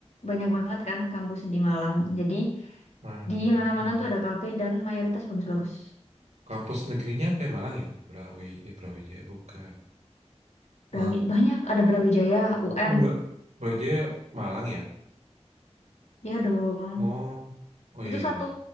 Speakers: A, on the left; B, on the right.
A: Banyak banget kan kampus di Malang. Jadi
B: Malang.
A: di mana-mana
B: Hmm.
A: tuh ada kafe dan mayoritas bagus-bagus.
B: Kampus negerinya apa ya? Malang ya? Brawi, eh Brawijaya bukan.
A: Brawi-
B: Eh,
A: Banyak, ada Brawijaya, UM.
B: oh, Bra Brawijaya Malang ya?
A: Ya dong.
B: Oh, oh iya.
A: Itu
B: iya.
A: satu